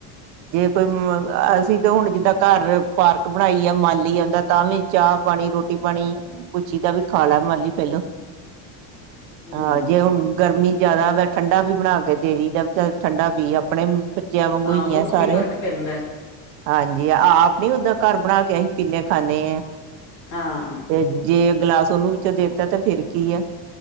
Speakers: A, on the right; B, on the left.
A: ਜੇ ਕੋਈ ਅਸੀਂ ਤਾਂ ਹੁਨ ਜਿੱਦਾਂ ਘਰ ਪਾਰਕ ਬਨਾਈ ਆ ਮਾਲੀ ਆੰਦਾ ਤਾਂ ਵੀ ਚਾਹ ਪਾਨੀ ਰੋਟੀ ਪਾਨੀ ਪੁਛੀ ਦਾ ਵੀ ਖਾ ਲੈ ਮਾਲੀ ਪਹਿਲੋਂ
B: ਹੂੰ
A: ਹਾਂ ਜੇ ਹੁਨ ਗਰਮੀ ਜਿਆਦਾ ਵੇ ਠੰਡਾ ਵੀ ਬਣਾ ਕੇ ਦੇਦੀ ਦਾ ਵੀ ਚੱਲ ਠੰਡਾ ਪੀ ਆਪਣੇ ਬੱਚਿਆਂ ਵ ਕੋਈ
B: ਆਹੋ
A: ਐ
B: ਕੀ
A: ਸਾਰੇ
B: ਫ਼ਰਕ ਪੈਂਦਾ
A: ਹਾਂਜੀ ਆਪ ਨੀ ਓਦਾਂ ਘਰ ਬਨਾ ਕੇ ਅਸੀਂ ਪੀੇ ਖਾਂਨੇ ਆ
B: ਹਾਂ
A: ਤੇ ਜੇ ਗਲਾਸ ਉਹਨੂੰ ਵਿੱਚੋਂ ਦੇਤਾ ਤੇ ਫੇਰ ਕੀ ਐ